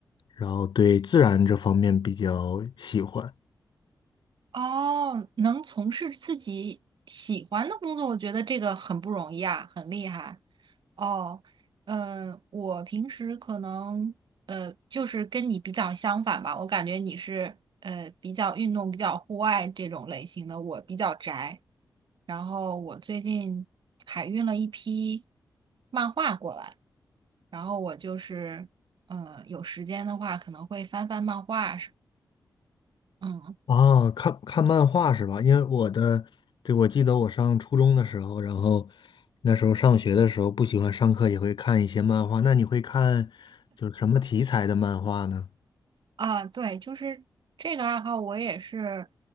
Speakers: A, on the left; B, on the right.
A: 然后对自然这方面比较喜欢。
B: 哦，能从事自己喜欢的工作，我觉得这个很不容易啊，很厉害。哦，嗯，我平时可能呃，就是跟你比较相反吧，我感觉你是呃比较运动、比较户外这种类型的，我比较宅。然后我最近海运了一批漫画过来，然后我就是呃有时间的话可能会翻翻漫画，嗯
A: 哦，看看漫画是吧？因为我的，对，我记得我上初中的时候，然后那时候上学的时候不喜欢上课，也会看一些漫画。那你会看就是什么题材的漫画呢？
B: 啊，对，就是这个爱好，我也是